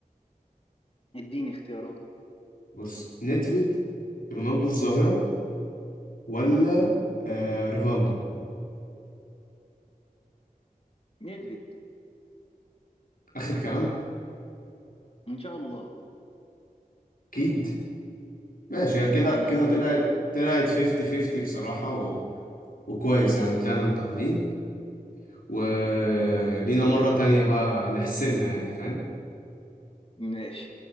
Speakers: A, on the left; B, on the left.
A: اديني اختيارات
B: بص نيدفيد رونالدو الظاهرة ولا آه ريفالدو
A: نكذب
B: اخر كلام
A: ان شاء الله
B: اكيد ماشي هي كده
A: يعني
B: كده
A: اه لا.
B: طلعت طلعت 50 50 بصراحة و... وكويس يعني طلعنا متعادلين ولينا
A: الحمد لله.
B: مرة تانية بقى نحسمها يعني فاهم
A: ماشي